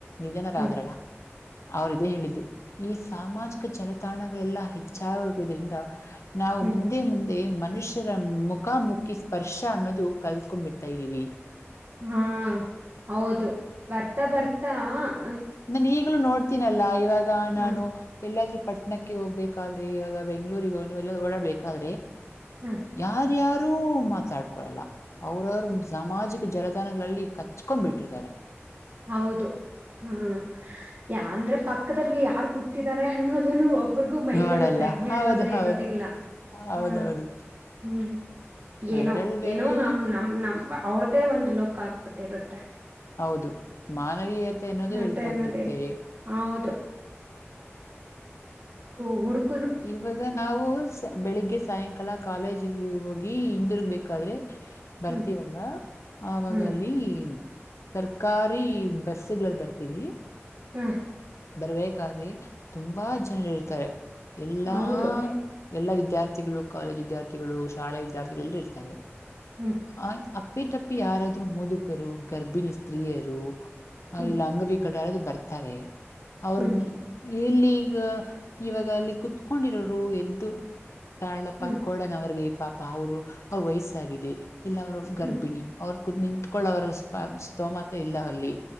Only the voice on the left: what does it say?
ನಿಜನಾರ್ರಲ್ಲ
ಅವ್ರ ಇದೇ ಹೇಳಿದ್ದು ಈ ಸಾಮಾಜಿಕ ಜಲತಾಣಗಳೆಲ್ಲಾ ಹೆಚ್ಚಾಗಿರುದ್ರಿಂದ ನಾವು
ಮುಂದೆ ಮನುಷ್ಯರ ಮುಖಾಮುಖಿ ಸ್ಪರ್ಶ ಅನ್ನೋದು ಕಲ್ತ್ಕೊಂಡ್ ಬಿಿಡ್ತಾ ಇದ್ದೀವಿ
ನಾನ ಈಗ್ಲೂ ನೋಡ್ತೀನಲ್ಲ ಇವಾಗ
ನಾನು ಎಲ್ಲಾದ್ೂ ಪಟ್ಟಣಕ್ಕೆ ಹೋಗ್ಬೇಕಾದ್ರೆ ಇವಾಗ ಬೆಂಗ್ಗಳೂರಿಗೆ ಎಲ್ಲ ಓಡಾಡ್ಬೇಕಾದ್ರೆ
ಯಾರ ಯಾರು ಅವರು ಮಾತಾಡ್ಕೊಳಲ್ಲ ಅವ್ರವರು ಸಾಮಾಜಿಕ ಜಲತಾಣಗಳಲ್ಲಿ ಕಚ್ಕೊಂಡ್ ಬಿಟ್ಟಿರ್ತಾರೆ
ನೋಡಲ್ಲ.
ಹೌದು,
ಹೌದು.
ಹೌದೌದು.
ಅದ್ರಲ್
ಬೇರೆ
ಹೌದು ಮಾನವೀಯತೆ ಅನ್ನೋದು
ಹೇಳ್ತೋಗಿರುತ್ತೆ
ಇವಾಗ ನಾವು ಬೆಳಿಗ್ಗೆ ಸಾಯಂಕಾಲ ಕಾಲೇಜ್ ಹೋಗಿ ಇಂದಿರ್ಗ್ ಬೇಕಾದ್ರೆ ಬರ್ತೀವಲ್ಲ
ಆವಾಗಲ್ಲಿ
ಸರ್ಕಾರಿ ಬಸ್ ಸಿಗ್ಲಲ್ ಬರ್ತೀವಿ
ಬರ್ಬೇಕಾದ್ರಿ ತುಂಬಾ ಜನರಿ ಇರ್ತಾರೆ ಎಲ್ಲಾ
ಎಲ್ಲಾ ವಿದ್ಯಾ ವಿದ್ಯಾರ್ಥಿಗಳು ಕಾಲೇಜ್ ವಿದ್ಯಾರ್ಥಿಗಳು ಶಾಲೆ ವಿದ್ಯಾರ್ಥಿಗಳಲ್ಲ ಇರ್ತಾರೆ
ಆ ಅಪ್ಪಿ ತಪ್ಪಿ ಯಾರಾದ್ರೂ ಮುದುಕರು ಗರ್ಭಿಣಿ ಸ್ತ್ರೀಯರು ಹ
ಇಲ್ಲ ಅಂಗ ಬ ಕ ಕಡೆದು ಬರ್ತಾರೆ ಅವ್ರ
ಇಲ್ಲಿ ಈಗ ಇವಾಗ ಅ ಕುೂತ್ಕೊಂಡಿರೋರು ಎದ್ದು ತಾಳ್ಳಪ್ಪಾಕ್ಕೋಡಣ
ಅವ್ರಿಗೆ ಪಾಪ ಅವರು ಅವ್ರ ವಯಸ್ಸಾಗಿದೆ ಇಲ್ಲ ಅವ್ರ ಗರ್ಭಿಣಿ
ಅವರು ನಿಂತ್ಕೊಳ್ಳವರ ಸ್ ಸ್ತೋಮತೆ ಇಲ್ಲ ಅಲ್ಲಿ